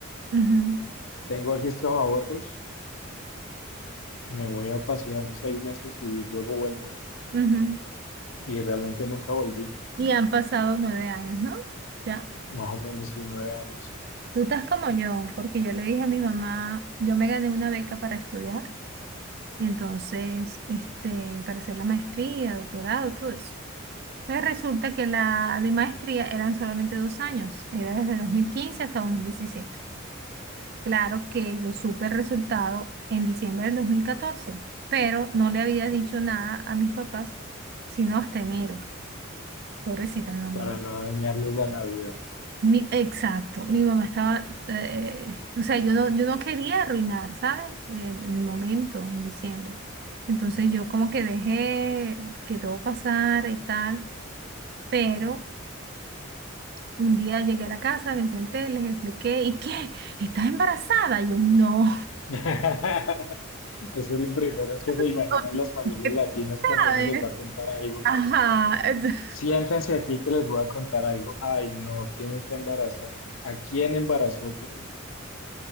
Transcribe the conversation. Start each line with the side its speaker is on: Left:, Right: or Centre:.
Right: Ujú,
Left: tengo aquí estos ahorros, me voy a pasear seis meses y luego vuelvo.
Right: ujú.
Left: Y realmente nunca volví.
Right: Y han pasado nueve años, ¿no? Ya.
Left: Más o menos, sí, nueve años,
Right: Tú estás como yo, porque yo le dije a mi mamá, yo me gané una beca para estudiar, y entonces, este, para hacer la maestría, doctorado, todo eso. Entonces resulta que la de maestría eran solamente dos años, era desde 2015 hasta 2017. Claro que yo supe el resultado en diciembre del 2014, pero no le había dicho nada a mis papás, sino hasta enero. Pobrecita mi mamá,
Left: para no dañarles la Navidad.
Right: Mi- exacto, mi mamá estaba, eh, o sea, yo no, yo no quería arruinar, ¿sabes? El, el momento en diciembre. Entonces yo como que dejé que todo pasara y tal, pero un día llegué a la casa, me senté, les expliqué, ¿y qué? ¿Estás embarazada? Y yo, no.
Left: <laughs> Eso es lo primero que se
Right: <laughs>
Left: imaginan las familias
Right: ¿Qué
Left: latinas cuando
Right: sabes?
Left: uno les va a contar algo.
Right: Ajá, ent-
Left: Siéntense aquí que les voy a contar algo. Ay, no, ¿quién está embarazada? ¿A quién embarazó por ahí?